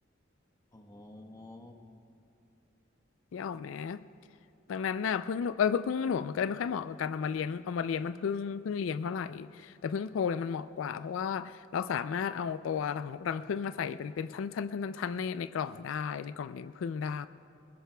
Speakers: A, on the left; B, on the left.
A: อ๋อ
B: นี่ออกไหมดังนั้นน่ะผึ้งหนูเออผึ้งผึ้งหลวงมันก็เลยไม่ค่อยเหมาะกับการเอามาเลี้ยงเอามาเลี้ยงมันผึ้งผึ้งเลี้ยงเท่าไหร่แต่ผึ้งโพรงเนี่ยมันเหมาะกว่าเพราะว่าเราสามารถเอาตัวรังรังผึ้งมาใส่เป็นเป็นชั้นชั้นชั้นชั้นในในกล่องได้ในกล่องเลี้ยงผึ้งได้